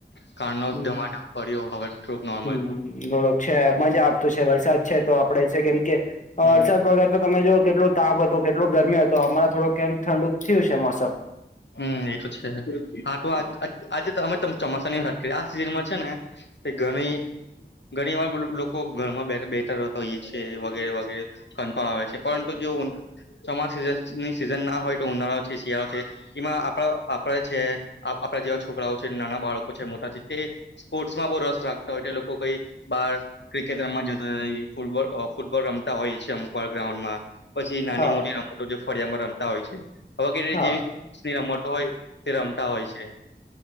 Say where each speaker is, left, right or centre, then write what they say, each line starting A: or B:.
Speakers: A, on the left; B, on the left.
A: કાર નો
B: હમ
A: ધમામ ફર્યો હવે થોડુંક નોર્મલ
B: <unintelligible> છે મજા આપતું છે વરસાદ છે તો આપડે છે કેમ કે વરસાદ
A: હમ
B: વગર તો તમે જો કેટલું. તાપ હતો કેટલો ગરમી હતો હમણાં થોડું કેમ ઠંડુ થયું છે મોસમ.
A: હમ એ તો છે, હા તો આજ આજ આજે જ. તો અમે તમ ચોમાસાની <unintelligible> આ સિઝનમાં છે ને તે ઘણી ઘણી વાર લોકો ઘરમાં બેઠર બેઠર હોઈ છે, વગેરે વગેરે કંટાળો આવે છે, પરંતુ જો ચોમાસા સની સિઝન ના હોય તો ઉનાળો છે, શિયાળો છે ઈમાં આપણા આપણા છે, આપણા જેવા છોકરાઓ છે નાના બાળકો છે મોટા છે તે સ્પોર્ટ્સમાં બહુ રસ રાખતા હોય છે લોકો કઈ બહાર ક્રિકેટ રમવા જતા <unintelligible> ફૂલબોલ અ ફૂટબોલ રમતા હોય છે અમુક વાર ગ્રાઉન્ડમાં. પછી નાની
B: હા
A: મોટી રમતો જે ફળિયામાં રમતા હોય છે વગરે
B: હા
A: જેવી. <unintelligible> રમતો હોય તે રમતા હોય છે,